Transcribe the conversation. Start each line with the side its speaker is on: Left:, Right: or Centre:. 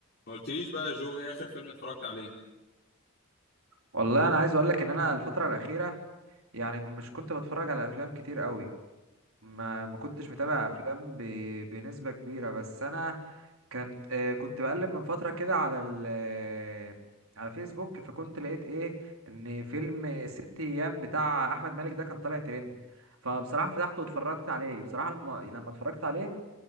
Left: ما قلتليش بقى جو ايه اخر فيلم اتفرجت عليه
Right: والله انا عايز اقول لك ان انا الفتره الاخيره يعني كن- مش كنت بتفرج على افلام كتير قوي ما ما كنتش متابع افلام ب... بنسبه كبيره بس انا كان آه، كنت بقلب من فتره كده على ال... آه، على فيسبوك فكنت لقيت ايه ان فيلم ست ايام بتاع احمد مالك ده كان طالع ترند فبصراحه فتحته واتفرجت عليه بصراحه الم... لما اتفرجت عليه